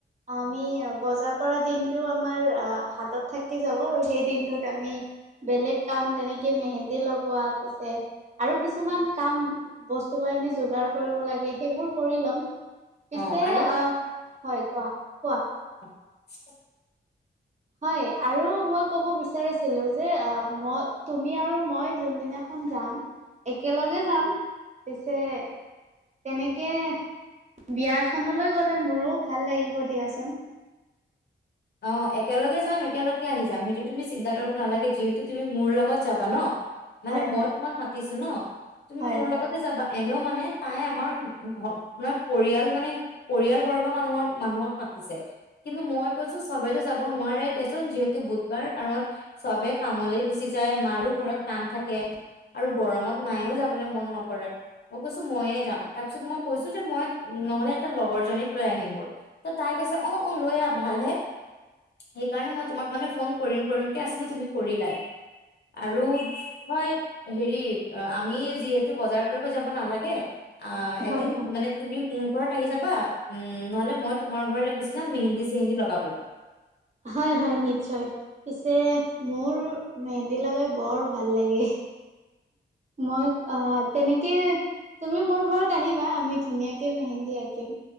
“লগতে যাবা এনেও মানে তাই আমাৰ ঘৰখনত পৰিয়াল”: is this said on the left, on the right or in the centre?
Left